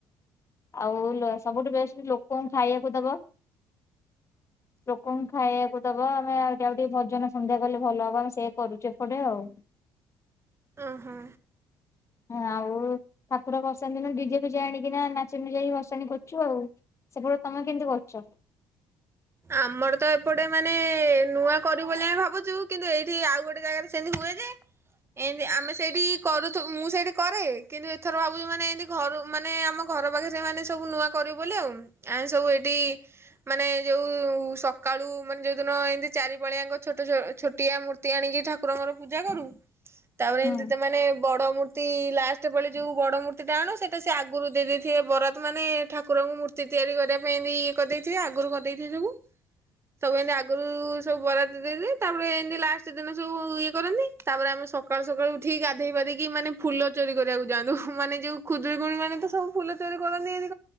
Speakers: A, on the left; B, on the right.
A: ଆଉ ଲ ସବୁଠୁ ବେଷ୍ଟ ଲୋକଙ୍କୁ ଖାଇବାକୁ ଦବ। ଲୋ କଣ ଖାଇବାକୁ ଦବା ଆମେ ଆଉ ଆଉ ଟିକେ ଭଜନ ସନ୍ଧ୍ୟା କଲେ ଭଲ ହବ ଆମେ ସେୟା କରୁଚୁ ଏପଟେ ଆଉ।
B: ଅଁ ହଁ।
A: ହଁ ଆଉ ଠାକୁର ଭଷାଣି ଦିନ ଡିଜେ ଫିଜେ ଆଣିକିନା ନାଚି ନୁଚାକି ଭଷାଣି କରୁଚୁ ଆଉ। ସେପ ତମେ କେନ୍ତି କରୁଚ?
B: ଆମର ତ ଏପଟେ ମାନେ ନୂଆ କରିବୁ ବୋଲି ଆମେ ଭାବୁଚୁ କିନ୍ତୁ ଏଇଠି ଆଉ ଗୋଟେ ଜାଗାରେ ସେନ୍ତି ହୁଏ ଯେ ଏନ୍ତି ଆମେ ସେଇଠି କରୁୁଥୁ ମୁଁ ସେଇଠି କରେ କିନ୍ତୁ ଏଥର ଭାବୁଚୁ ମାନେ ଏନ୍ତି ଘରୁ ମାନେ ଆମ ଘର ମାନେ ଆମ ଘର ପାଖରେ ମାନେ ସବୁ ନୂଆ କରିବୁ ବୋଲି ଆଉ। ଆମେ ସବୁ ଏଇଠି ମାନେ ଯୋଉ ସକାଳୁ ମାନେ ଯୋଉ ଦିନ ଏନ୍ତି ଚାରି ପଳିଆଙ୍କ ଛୋଟ ଛୋ ଛୋଟିଆ ମୂର୍ତ୍ତି ଆଣିକି ଠାକୁରଙ୍କର ପୂଜା କରୁ। ତାପରେ
A: ହୁଁ।
B: ଏନ୍ତି ତ ମାନେ ବଡ଼ ମୂର୍ତ୍ତି ଲାଷ୍ଟେ ପାଳି ଯୋଉ ବଡ଼ ମୂର୍ତ୍ତିଟା ଆଣୁ ସେଟା ସିଏ ଆଗୁରୁ ଦେଇେ ଦେଇଥିବେ ବରାତ ମାନେ ଠାକୁରଙ୍କୁ ମୂର୍ତ୍ତି ତିଆରି କରିବା ପାଇଁ ବି ଇଏ କରିଦେଇଥିବେ ଆଗରୁ କରି ଦେଇଥିବେ ସଗୁ ସବୁ ଏନ୍ତି ଆଗରୁ ସବୁ ବରାତ ଦେଇ ଦେଇ ତାପରେ ଏନ୍ତି ଲାଷ୍ଟ ଦିନ ସବୁ ଇଏ କରନ୍ତି ତାପରେ ଆମେ ସକାଳୁ ସକାଳୁ ଉଠିକି ଗାଧେଇ ପାଧେଇକି ମାନେ ଫୁଲ ଚୋରି କରିବାକୁ ଯାଆନ୍ତୁ ମାନେ ଯୋଉ ଖୁଦୁରୁକୁଣି ମାନେ ତ ସବୁ ଫୁଲ ଚୋରି କରନ୍ତି ଇଏ ଦି